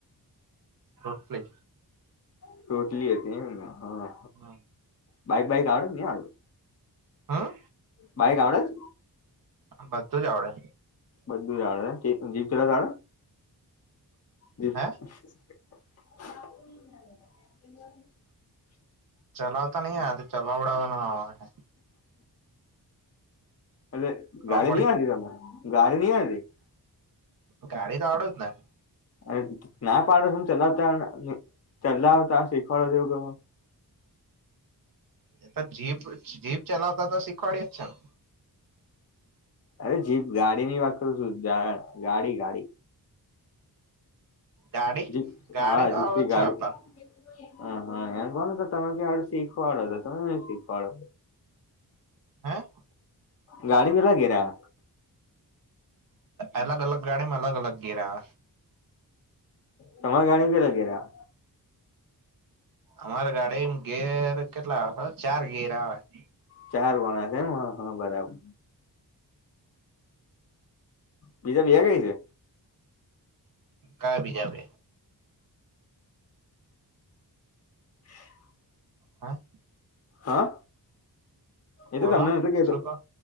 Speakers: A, on the right (about 55°); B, on the left (about 40°).
A: રોટ પ્લે.
B: ટોટલી હતી એમને હા.
A: હા.
B: બઈક બઈક આવડ નની આ આવું?
A: હા?
B: બાઈક આવડે છે?
A: બધું જ આવડે.
B: બધું જાાડે જીભ કેટલાડે? <unintelligible>
A: હે ચલાવતા નહી તો ચલાવડાવવાના.
B: એટ ગાડી
A: ખબર
B: નહ આતી તમે ગાડી નહ આવીતી?
A: ગાડી તો આવડત ના.
B: અને ના પાડો ત ચલાવ ત ચલાવ ત શીખવાડો જેવું ક.
A: એ તો જીપ જીપ ચલાવતા તો શીખવાડીય જ છે ને.
B: અરે જીપ ગાડી ની વાત કરું છું ગાડી ગાડી.
A: ગાડી
B: જીપ્
A: ગાડી
B: હા
A: તો
B: જીપસી
A: આવડે જ છે
B: ગાડી.
A: આપડા
B: હ હા એમ કો તો તમે કડ શીખવાડો હતો તમે ન શીખવાડો.
A: હા.
B: ગાડી મ લાગેરા.
A: અલગ અલગ ગાડી માં અલગ અલગ ઘેરેયા.
B: તમારે ઘણી ક લગેયા.
A: અમારે ગાડી ગેર કેટલા આવે ચાર ગિર આવે.
B: ચાર ગણા છે ને હ હા બરાબર. બીજા બે કઈ છે?
A: કા ભી જાવ?
B: <inaudible>
A: હા.
B: હા, એ
A: બોલો
B: તો તમને ન કેતો
A: શું કો